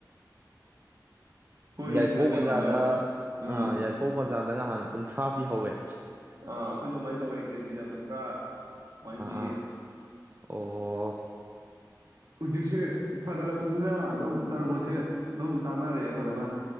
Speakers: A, on the right; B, on the right.
A: ꯑꯩꯈꯣꯏ
B: ꯍꯉ ꯌꯥꯏꯐꯧ
A: ꯁꯤꯗ ꯀꯩꯅꯣꯗ
B: ꯕꯖꯥꯔꯗ
A: ꯎꯝ
B: ꯑꯥ ꯌꯥꯏꯄꯧ ꯕꯖꯥꯔꯗ ꯉꯥꯏꯍꯥꯡ ꯀꯨꯟꯊ꯭ꯔꯥ ꯄꯤ ꯍꯧꯋꯦ
A: ꯑꯥ ꯑꯩꯈꯣꯏꯁꯨ ꯑꯗꯨꯃꯥꯏꯅ ꯇꯧꯋꯦ ꯀꯦꯖꯤꯗ ꯀꯨꯟꯊ꯭ꯔꯥ ꯑꯗꯨꯃꯥꯏꯅ ꯄꯤꯌꯦ
B: ꯑꯥ ꯑꯣ
A: ꯍꯨꯖꯤꯛꯁꯦ ꯐꯒꯠꯂꯛꯄꯅꯤꯅ ꯑꯗꯨꯝ ꯇꯔꯕꯨꯁꯁꯦ ꯑꯗꯨꯝ ꯆꯥꯟꯅꯔꯛꯑꯦ ꯐꯖꯅ